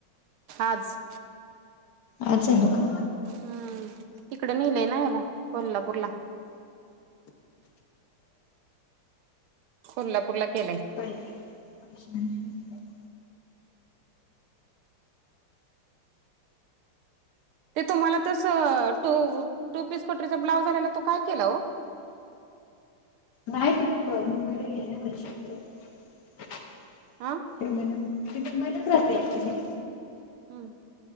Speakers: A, on the right; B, on the left.
A: आज.
B: आज झाल का?
A: हम्म तिकडे नेलंय ना याला कोल्हापूरला. कोल्हापूरला केलाय.
B: <unintelligible>
A: ते तुम्हाला तस टू टू पीस कोटरीचा ब्लाउज आलेला तो काय? केला हो.
B: नाही तिथ मुंबईला गेलीय ना वैशाली कड.
A: आं?
B: ती मुंबईलाच राहते ऐक्च्युली.
A: हम्म